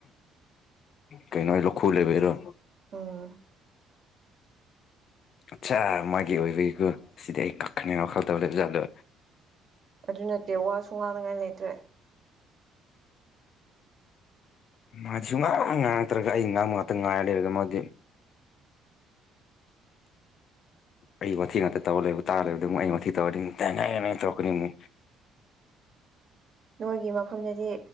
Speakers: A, on the left; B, on the right.
A: ꯀꯩꯩꯅꯣ ꯑꯩ ꯂꯣꯛꯈꯨ ꯂꯩꯕꯩꯔꯣ
B: ꯎꯝ
A: ꯑꯠꯁꯥ ꯃꯥꯒꯤ ꯑꯣꯏꯕꯒꯤꯀꯣ ꯁꯤꯗꯤ ꯑꯩ ꯀꯛꯈꯅꯦ ꯋꯥꯈꯜ ꯇꯧ ꯂꯩꯕꯖꯥꯠꯗꯣ
B: ꯑꯗꯨ ꯅꯠꯇꯦ ꯋꯥꯁꯨ ꯉꯥꯡꯅꯉꯥꯏ ꯂꯩꯇ꯭ꯔꯦ
A: ꯃꯥꯗꯤ ꯁꯨꯉꯥꯡ ꯉꯥꯡꯉꯛꯇ꯭ꯔꯒ ꯑꯩ ꯉꯥꯡꯕ ꯉꯥꯇ ꯉꯥꯏꯔ ꯂꯩꯔꯒ ꯃꯥꯗꯤ ꯑꯩ ꯋꯥꯊꯤ ꯉꯥꯇ ꯇꯧꯔ ꯂꯩꯕ ꯇꯥꯔ ꯂꯩꯕꯗꯨ ꯃꯨꯛ ꯑꯩ ꯋꯥꯊꯤ ꯇꯧꯔꯗꯤ <unintelligible> ꯇꯧꯔꯛꯀꯅꯤꯅꯦ
B: ꯅꯣꯏꯒꯤ ꯃꯐꯝꯗꯗꯤ